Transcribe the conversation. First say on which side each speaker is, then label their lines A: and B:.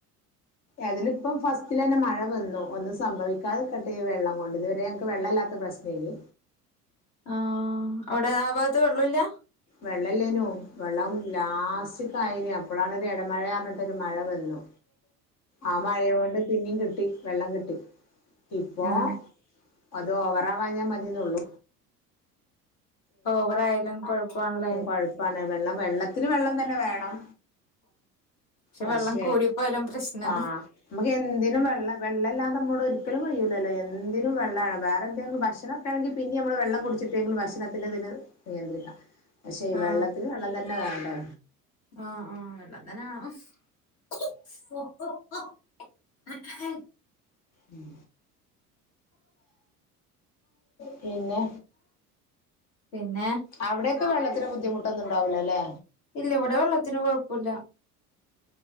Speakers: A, on the left (about 35°); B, on the left (about 60°).
A: ഏതില ഇപ്പം ഫസ്റ്റിൽ തന്നെ മഴ വന്നു ഒന്നും സംഭവിക്കാതെ രിക്കട്ടെ വെള്ളം കൊണ്ട് ഇതുവരെ ഞങ്ങക്ക് വെള്ളല്ലാത്ത പ്രശ് നേന്നു
B: ആഹ് അവടെ ആ ഭാഗത്ത് വെള്ളോല്ല
A: വെള്ളല്ലേയ്നു വെള്ളം ലാസ്റ്റ് ക്കായേന അപ്പളാണ് ഇടമഴ പർഞ്ഞിട്ടൊര് മഴ വന്നു ആ മഴയോണ്ട് പിന്നീം കിട്ടി വെള്ളം കിട്ടി ഇപ്പോ
B: ആ
A: അത് ഓവറാവാഞ്ഞാ മതിന്നൊള്ളൂ
B: ഓവറായാലും കൊഴ്പ്പാണ് ലേ
A: കൊഴ്പ്പാണ് വെള്ളം വെള്ളത്തിന് വെള്ളം തന്നെ വേണം പക്ഷെ
B: വെള്ളം കൂടിപ്പോയാലും പ്രശ്നാ
A: ആഹ് നമുക്ക് എന്തിനും വെള്ള വെള്ളല്ലാതെ നമ്മോട് ഒരിക്കലും കഴിയൂലല്ലോ എന്തിനും വെള്ളാണ് വേറെ എന്തെങ്കിലും ഭക്ഷണം. ക്കേണെങ്കി പിന്നിം അമ്മള് വെള്ളം കുടിച്ചിട്ടേങ്കിലും ഭക്ഷണത്തിന്റെ തിനെ നിയന്ത്രിക്കാം. പക്ഷെ ഈ
B: ആ
A: വെള്ളത്തിന് വെള്ളം തന്നെ വേണ്ടേ.
B: ആ ആ വെള്ളം തന്നെ വേണം. <unintelligible>
A: ഉം പിന്നെ
B: പിന്നെ
A: അവ്ടെയൊക്കെ വെള്ളത്തിന് ബുദ്ധിമുട്ട് ഒന്നും ഉണ്ടാവില്ലല്ലേ.
B: ഇല്ല ഇവടെ വെള്ളത്തിന് കൊഴ്പ്പൊല്ല.